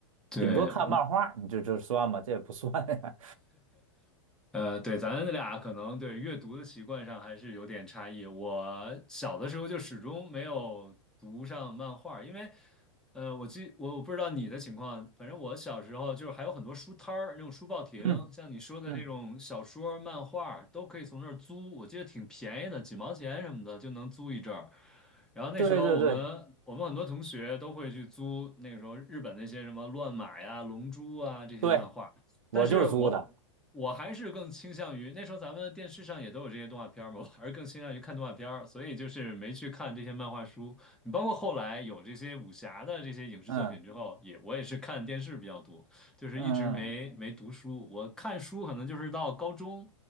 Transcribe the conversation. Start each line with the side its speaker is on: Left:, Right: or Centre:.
Centre: 对，
Right: 顶多看漫画，你这这算吗？这也不算呀。
Centre: 呃，对，咱俩可能对阅读的习惯上还是有点差异。我小的时候就始终没有读上漫画，因为，呃，我记我我不知道你的情况，反正我小时候就是还有很多书摊儿，那种书报亭，
Right: <laughs> 嗯
Centre: 像你说的那种小说、
Right: 嗯，
Centre: 漫画都可以从那儿租，我记得挺便宜的，几毛钱什么的就能租一阵儿。然后那时候我们我们很多同学都会去租那个时候日本那些什么乱马呀、
Right: 对对对
Centre: 龙珠啊这些漫画。
Right: 对，我就是租的。
Centre: 但是我我还是更倾向于那时候咱们电视上也都有这些动画片儿嘛，我还是更倾向于看动画片儿，所以就是没去看这些漫画书。你包括后来有这些武侠的这些影视作品之后，
Right: 嗯
Centre: 也我也是看电视比较多，就是一直没没读书。
Right: 嗯
Centre: 我看书可能就是到高中，